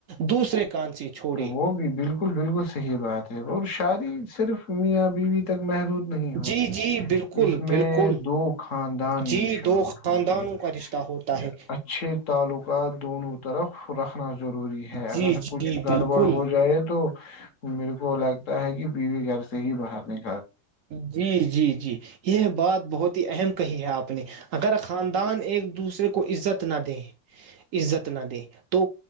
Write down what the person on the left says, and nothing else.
وہ بھی بالکل بالکل صحیح بات اور شادی صرف میاں بیویں تک محرود نہیں ہوتی
اس میں
دو خاندان
بھی شامل
ہوتے ہیں
اچھے تعلقات دونوں طرف رکھنا ضروری ہے اگر
کچھ گڑبڑ
ہو جائے تو میرے کو لگتا ہے کہ بیوی گھر سے ہی باہر نہیں